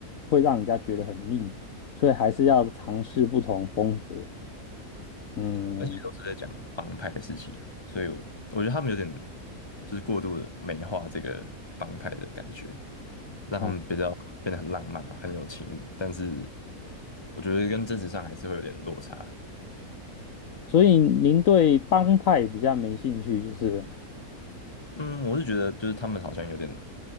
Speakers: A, on the left (about 65°); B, on the left (about 15°).
A: 会让人家觉得很腻，所以还是要尝试不同风格，嗯，
B: 而且都是在讲帮，所以我我觉得他们有点就是过度的美化这个帮派的感觉，让他们比较变得很浪漫啊，
A: 哦，
B: 很有情义，但是我觉得跟真实上还是会有点落差。
A: 所以您对帮派比较没兴趣，就是了
B: 嗯，我是觉得就是他们好像有点，